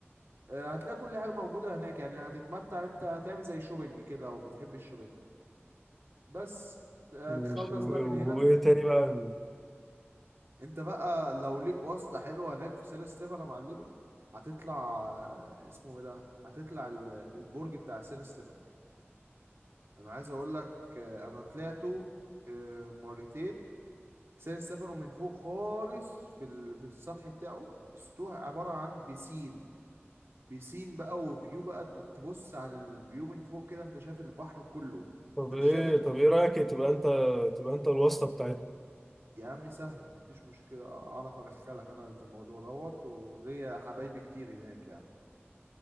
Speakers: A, on the right; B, in the centre.
A: آه، هتلاقي كل حاجة موجودة هناك يعني هتتمتع انت هتعمل زي شوبينج كده لو بتحب الشوبينج بس آه،
B: ماشي
A: تخلص
B: و-
A: بقى من هنا
B: وايه تاني بقى
A: انت بقى لو ليك واسطة حلوة هناك في سان ستيفانو يا معلمي هتطلع آه، اسمه ايه ده هتطلع ال- البرج بتاع سان ستيفانو انا عايز اقول لك آه، انا طلعته آه، مرتين سان ستيفانو من فوق خالص في ال- في السطح بتاعه السطوح عبارة عن بيسين بيسين بقى وفيو بقى تب- تبص على الفيو من فوق كده انت شايف البحر كله
B: طب
A: انت مش
B: ايه
A: شايف ال-
B: طب ايه رايك تبقى انت تبقى انت الواسطه بتاعتنا
A: يا عم سهلة مفيش مشكلة اعرف ادخلك انا في الموضوع دوت وليا حبايبي كتير هناك يعني